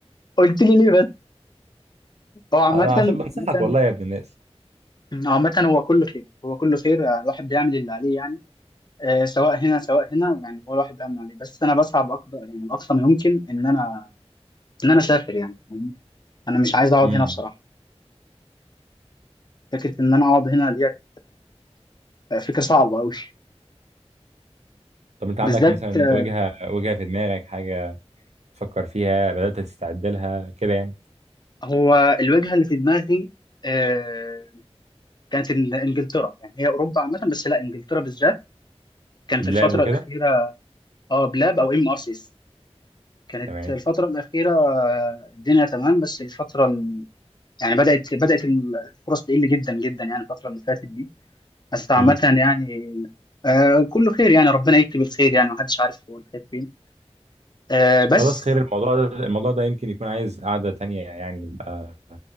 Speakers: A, on the left (about 40°); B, on the right (about 80°).
A: قلت لي ليه بس هو عامة
B: آه، عشان بنصحك
A: عامة
B: والله يا ابن الناس
A: عامة هو كله خير هو كله خير الواحد بيعمل اللي عليه يعني آه، سواء هنا سواء هنا يعني هو الواحد بيعمل اللي عليه بس انا بسعى اكبر يعني اقصى ما يمكن ان انا ان انا اسافر يعني فاهمني؟ انا مش عايز اقعد
B: امم
A: هنا بصراحة فكرة ان انا اقعد هنا ديت آه، فكرة صعبة قوي
B: طب انت عندك
A: بالذات
B: مثلا
A: آه،
B: وجهه وجهه في دماغك حاجه تفكر فيها بدات تستعد لها كده يعني
A: هو الوجهة اللي في دماغي آه، كانت ال- انجلترا يعني هي اوروبا عامه بس لا انجلترا بالذات كانت
B: بلاب
A: الفتره
B: وكده
A: الاخيره اه بلاب او ام ار سي اس كانت
B: تمام
A: الفتره الاخيره آه، الدنيا تمام بس الفتره ال... يعني بدات بدات الفرص تقل جدا جدا يعني الفتره اللي فاتت دي بس عامه
B: امم
A: يعني آه كله خير يعني ربنا يكتب الخير يعني محدش عارف هو الخير فين آه بس
B: خلاص خير الموضوع ده الموضوع ده يمكن يكون عايز قعده تانية يعني يبقى